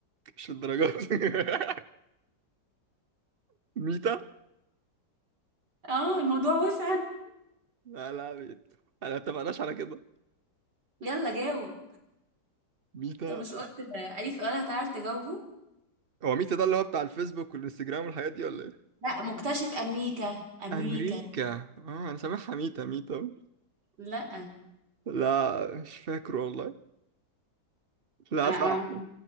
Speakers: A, on the right (about 40°); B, on the right (about 65°).
A: مش للدرجه دي. <laughs> ميتا
B: اه الموضوع وسع
A: لا لا ميتا انا اتفقناش على كده
B: يلا جاوب
A: ميتا
B: انت مش قلت
A: لا
B: اي سؤال هتعرف تجاوبه
A: هو ميتا ده اللي هو بتاع الفيسبوك والانستجرام والحاجات دي ولا ايه
B: لا مكتشف امريكا امريكا
A: امريكا اه انا سامعها ميتا ميتا
B: لا
A: لا مش فاكر والله لا
B: أنا-
A: صعب